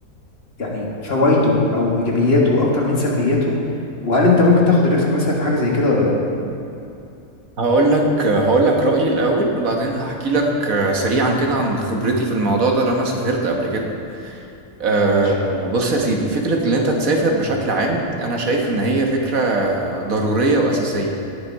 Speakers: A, on the left (about 45°); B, on the right (about 70°).
A: يعني فوائده او ايجابياته اكتر من سلبياته وهل انت ممكن تاخد الريسك مثلا في حاجه زي كده ولا لا
B: هقول لك هقول لك رأيي الأول وبعدين هحكي لك آه، سريعا كده عن خبرتي في الموضوع ده لأن أنا سافرت قبل كده آه،
A: ماشي
B: بص يا سيدي فكرة إن أنت تسافر بشكل عام أنا شايف إن هي فكرة ضرورية وأساسية